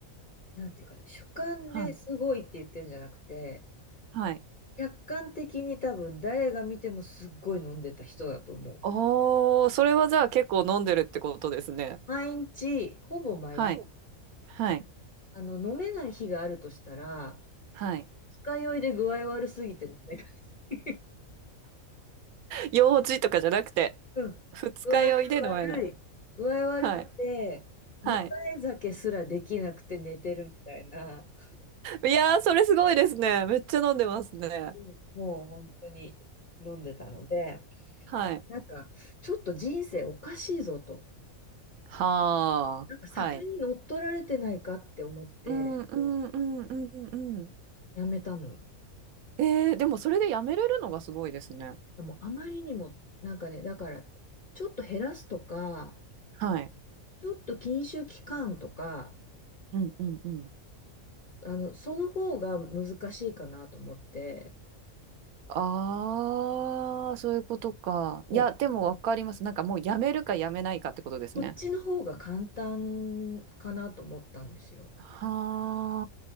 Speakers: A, on the left (about 35°); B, on the right (about 85°).
A: なんていうかね、主観ですごいって言ってるんじゃなくて、
B: はい。はい。
A: 客観的に多分誰が見てもすっごい飲んでた人だと思う。
B: おー、それはじゃあ結構飲んでるってことですね。
A: 毎日、ほぼ毎日、
B: はい、はい、
A: あの、飲めない日があるとしたら、
B: はい。
A: 二日酔いで具合悪すぎてダ <laughs>
B: 用事とかじゃなくて、
A: うん。
B: 二日酔いで飲めない。
A: 具合悪い。具合悪くて、
B: はい、はい。
A: 迎え酒すらできなくて寝てるみたいな、
B: いやー、それすごいですね。めっちゃ飲んでますね。
A: うん、もう本当に飲んでたので、
B: はい。
A: なんか、ちょっと人生おかしいぞと。
B: はあはい。
A: なんか酒に乗っ取られてないかって思って
B: うん、うん、うん、うん、うん。
A: やめたの。
B: えー、でもそれでやめれるのがすごいですね。
A: でもあまりにも、なんかね、だから、ちょっと減らすとか、
B: はい。
A: ちょっと禁酒期間とか、
B: うんうんうん。
A: あの、その方が難しいかなと思って、
B: ああ、そういうことか。いや、
A: も
B: でもわかります。なんかもうやめるかやめないかってことですね。
A: う、こっちの方が簡単かなと思ったんですよ。
B: は